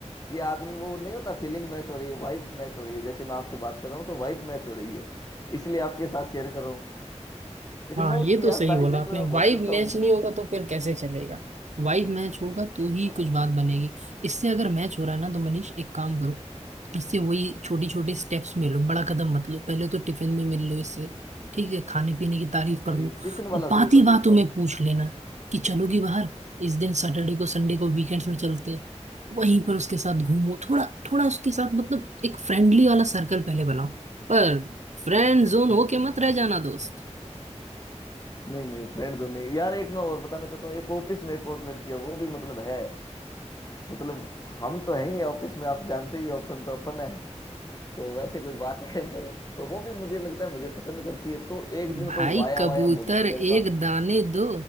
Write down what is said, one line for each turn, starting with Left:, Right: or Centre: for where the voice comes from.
Left: ये आदमी वो नहीं होता फीलिंग मैच हो रही है वाइब मैच हो रही है जैसे मैं आपसे बात कर रहा हूँ तो वाइब मैच हो रही है इसलिए आपके साथ शेयर कर रहा हूँ लेकिन
Right: हाँ
Left: मैं
Right: ये
Left: उसकी
Right: तो
Left: यार
Right: सही
Left: तारीफ
Right: बोला
Left: है
Right: आपने
Left: तो मैं बहुत
Right: वाइब
Left: करता
Right: मैच
Left: हूँ
Right: नहीं होगा तो फिर कैसे चलेगा वाइब मैच होगा तो ही
Left: हाँ
Right: कुछ बात बनेगी इससे अगर मैच हो रहा है ना तो मनीष एक काम करो इससे वही छोटी छोटी स्टेप्स में लो बड़ा कदम मत लो पहले तो टिफिन में मिल लो इससे ठीक है खाने पीने की तारीफ कर
Left: हाँ,
Right: लो
Left: ये टिफिन
Right: और
Left: वाला
Right: बात
Left: शुरू
Right: ही
Left: कर
Right: बातों
Left: लेता हूँ
Right: में पूछ लेना कि चलोगी बाहर इस दिन सैटरडे को संडे को वीकेंड्स में चलते हैं वहीं पर उसके साथ घूमो थोड़ा थोड़ा उसके साथ मतलब एक फ्रेंडली वाला सर्कल पहले बनाओ पर फ्रेंड जोन
Left: बिल्कुल
Right: होके मत
Left: हाँ
Right: रह जाना दोस्त
Left: नहीं नहीं फ्रेंड जोन नहीं यार एक मैं और बताना चाहता हूँ एक ऑफिस में एक और लड़की है वो भी मतलब है मतलब हम तो हैं ही ऑफिस में आप जानते ही हो, अपन तो अपन है तो वैसे कोई बात है नहीं तो वो भी मुझे लगता है मुझे पसंद करती है तो एक दिन
Right: भाई
Left: कोई वाया
Right: कबूतर
Left: वाया घूम के
Right: एक
Left: मेरे पास
Right: दाने दो